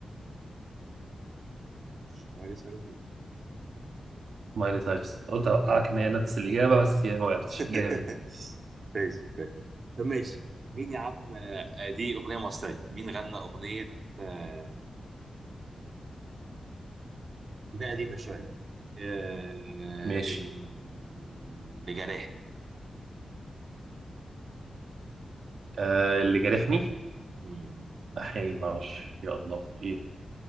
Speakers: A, on the right; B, on the right.
A: مش مايلي سايرس بول؟
B: مايلي سايرس قلت أوقعك
A: آه.
B: إن هي نفس الإجابة بس هي ما وقعتش
A: <laughs>
B: جامد
A: كويس كويس طب ماشي مين يا عم آه، آه، دي اغنيه مصريه مين غنى اغنيه آه، اغنيه قديمه شويه آه،
B: ماشي
A: اللي جرحني
B: آه اللي جارحني
A: مم.
B: أحيي ما أعرفش يا الله إيه